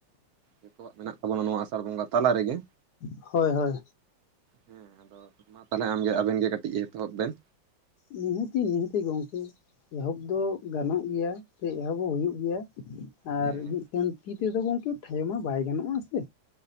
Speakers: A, on the right; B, on the left.
A: ᱡᱚᱛᱚᱣᱟᱜ ᱢᱮᱱᱟᱜ ᱛᱟᱵᱚᱱᱟ ᱱᱚᱣᱟ ᱟᱥᱟᱲ ᱵᱚᱸᱜᱟ ᱛᱟᱞᱟ ᱨᱮᱜᱮ᱾
B: ᱦᱳᱭ ᱦᱳᱭ
A: ᱦᱮᱸ ᱟᱫᱚ ᱢᱟ ᱛᱟᱞᱦᱮ ᱟᱢᱜᱮ ᱟᱵᱮᱱ ᱜᱮ ᱠᱟᱹᱴᱤᱡ ᱮᱛᱚᱦᱚᱵ ᱵᱮᱱ
B: ᱱᱤᱦᱟᱹᱛᱤ ᱱᱤᱦᱟᱹᱛᱤ ᱜᱚᱝᱠᱮ ᱮᱦᱚᱵ ᱫᱚ ᱜᱟᱱᱚᱜ ᱜᱮᱭᱟ ᱥᱮ ᱮᱦᱚᱵᱚᱜ ᱦᱩᱭᱩᱜ ᱜᱮᱭᱟ᱾ ᱟᱨ
A: ᱦᱮᱸ
B: ᱢᱤᱫᱴᱮᱱ ᱛᱤ ᱛᱮᱫᱚ ᱜᱚᱝᱠᱮ ᱴᱷᱟᱭᱚ ᱢᱟ ᱵᱟᱭ ᱜᱟᱱᱚᱜ ᱟ ᱥᱮ